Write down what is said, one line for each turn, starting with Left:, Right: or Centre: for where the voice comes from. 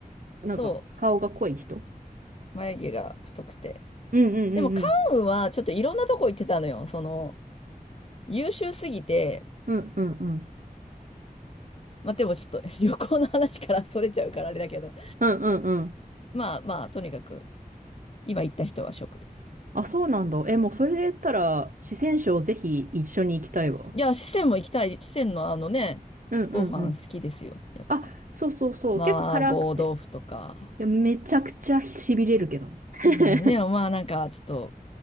Right: なんか、
Left: そ
Right: 顔が濃い人。
Left: う。眉毛が太くて。
Right: うんうんうんうん。
Left: でも関羽はちょっといろんなとこ行ってたのよ。その、優秀すぎて、
Right: うんうんうん。
Left: まあ、でもちょっと <laughs> 旅行の話からそれちゃうからあれだけど。
Right: うんうんうん。
Left: まあまあ、とにかく、今行った人は食です。
Right: あ、そうなんだ。え、もうそれで言ったら、四川省ぜひ一緒に行きたいわ。
Left: いや、四川も行きたい。四川のあのね、
Right: うんうんうん。
Left: ご飯好きですよ。やっぱ。
Right: あ、そうそうそう。
Left: 麻婆豆腐とか。
Right: 結構辛くて。いや、めちゃくちゃ痺れるけどね。<laughs>
Left: うん、でもまあなんかちょっと